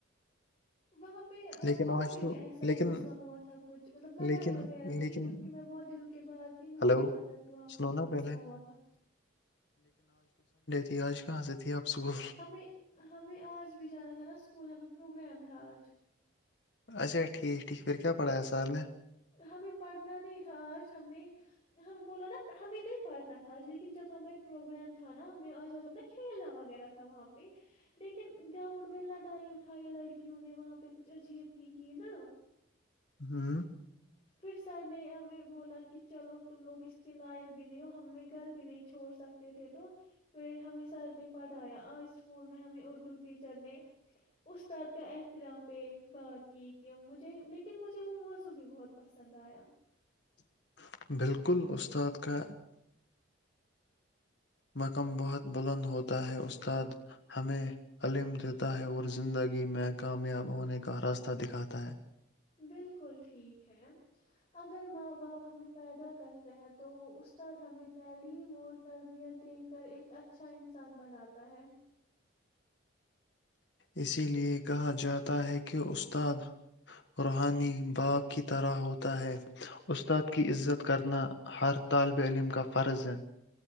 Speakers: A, on the left (about 30°); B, on the left (about 55°).
A: وہاں پہ
B: لیکن
A: وہاں
B: آج
A: پہ
B: تو
A: بھی ایسا
B: لیکن
A: ہی مسئلہ ہوا تھا کچھ مطلب لڑائی
B: لیکن
A: وغیرہ تھی
B: لیکن
A: کیونکہ میں بہت دنوں کے بعد گئی مجھے
B: ہلو
A: نہیں پتاہ کہ وہاں پہ
B: سنو
A: کیا
B: نا
A: مسئلہ
B: پہلے
A: ہوا تھا
B: جج کہاں سےھی آپ اسکول
A: ہمیں ہمیں آج بھی جانا تھا نا اسکول ہمیں پروگرام تھاآ ج
B: اچھا ٹھیک ٹھیک پھر کیا پڑھا ہے سار نے
A: ہمیں پڑھنا نہیں تھا آج ہم نے ہمیں بولا نا ہمیں نہیں پڑھنا تھا آج لیکن جب ہمیں پروگرام تھا نا ہمیں آج بب ن کھیلنا وغیرہ تھا وہاں پہ لیکن گراؤنڈ میں لڑائی اٹھائی لڑکیوں نے وہاں پہ کچھ عجیب کی کی نہا
B: ہوں
A: پھر سر نے آ بولا کہ چلو تم لوگ اس کے لائق بھی نہیں ہو ہمیں گھر بھی نہیں چھوڑ سکتے تھے تو پھر ہمیں سر نے پڑھایا آج اسکول میں ہمیں اردو ٹیچر نے استاد کا احترام پہ بات کی کہ مجھے لیکن مجھے وہ موز بھی بہت پسند آیا
B: <inaudible> مقم بہت بلند ہوتا ہے استاد ہمیں علم دیتا ہے اور زندگی میں کامیاب ہونے کا راستہ دکھاتا ہے
A: بالکل ٹھیک ہے اگر ماں باپ ہمیں پیدا کرتے ہیں تو استاد ہمیں تعلیم اور تربیت دے کر ایک اچھا انسان بناتا ہے
B: اسی لیے کہا جاتا ہے کہ استاد روحانی باپ کی طرح ہوتا ہے استاد کی عزت کرنا ہر طالب علم کا فرض ہے